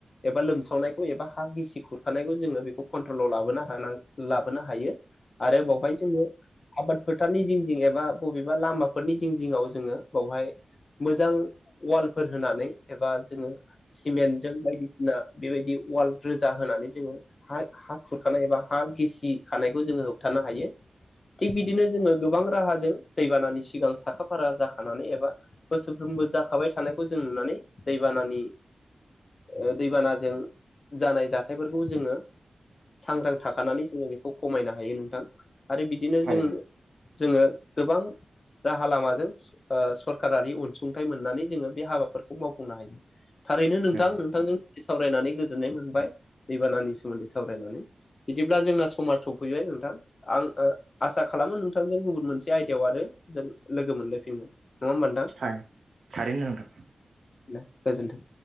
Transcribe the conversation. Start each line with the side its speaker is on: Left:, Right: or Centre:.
Left: एबा लोमसावनायखौ एबा हा गिसि खुरखानायखौ जोङो बेखौ कन्ट्रलाव लाबोनो हानां लाबोनो हायो। आरो बावहाय जोङो आबाद फोथारनि जिं जिं एबा बबेबा लामाफोरनि जिं जिङाव जोङो बावहाय मोजां वालफोर होनानै एबा जोङो सिमेन्टजों बायदिसिना बेबायदि वाल रोजा होनानै जोङो हा हा खुरखानाय एबा हा गिसि खानाय खौ जोङो होबथानो हायो। थिग बिदिनो जोङो गोबां राहाजों दैबानानि सिगां साखा फारा जाखानानै एबा बोसोरफ्रोमबो जाखाबाय थानायखौ जों नुनानै दैबानानि ओ दैबानाजों जानाय जाथायफोरखौ जोङो सांग्रां थाखानानै जोङो बेखौ खमायनो हायो नोंथां। आरो बिदिनो
Right: थारैनो
Left: जों जोङो गोबां राहा लामाजों आ सरकारारि अनसुंथाइ मोननानै जोङो बे हाबाफोरखौ मावफुंनो हायो। थारैनो नोंथां
Right: नंगौ
Left: नोंथांजों सावरायनानै गोजोननाय मोनबाय दैबानानि सोमोन्दै सावरायनानै बिदिब्ला जोंना समा सफैबाय नोंथां आं ओ आसा खालामो नोंथांजों गुबुन मोनसे आयदायाव आरो जों लोगो मोनलायफिनगोन। नङा होमबा नोंथां?
Right: थाय थारैनो नोंथां।
Left: नो गोजोनथों।